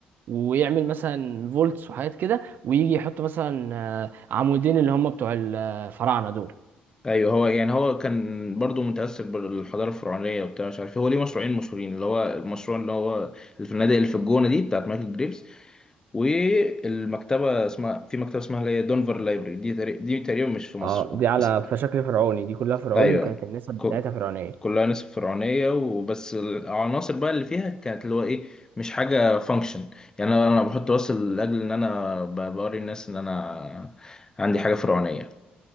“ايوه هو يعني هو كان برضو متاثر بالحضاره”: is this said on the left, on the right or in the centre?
Left